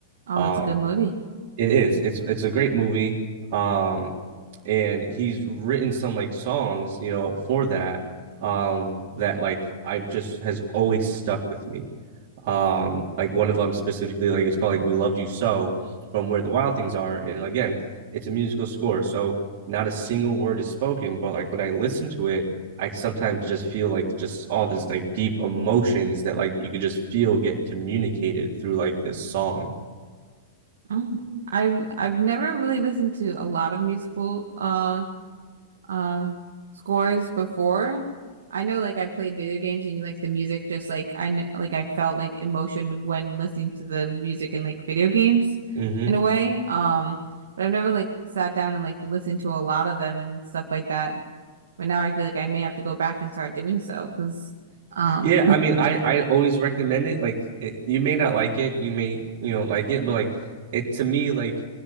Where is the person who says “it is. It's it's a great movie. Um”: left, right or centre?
Right